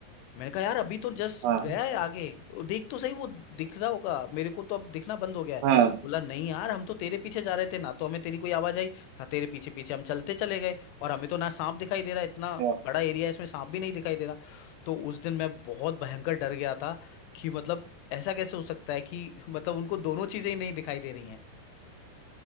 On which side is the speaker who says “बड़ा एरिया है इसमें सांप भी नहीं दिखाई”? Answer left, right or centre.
Left